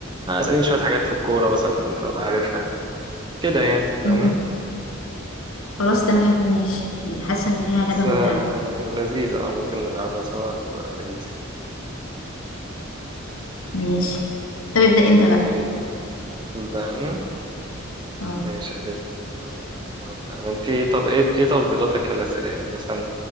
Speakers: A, on the right (about 20°); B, on the left (about 85°).
A: اسألني شوية حاجات في الكورة مثلا انت بقى عارفها كده يعني فاهم
B: امم خلاص تمام ماشي يعني حاسه ان هي
A: بس
B: لعبه ممتعه
A: آه، لذيذة اه ممكن نلعبها سوا تبقى لذيذة
B: ماشي طب ابدا انت
A: انت
B: بقى
A: تبدأ انا
B: اه
A: ماشي يا ست آه، أبدأ أنا. انت طب ايه ايه تفضيلاتك في الأسئلة يعني مثلا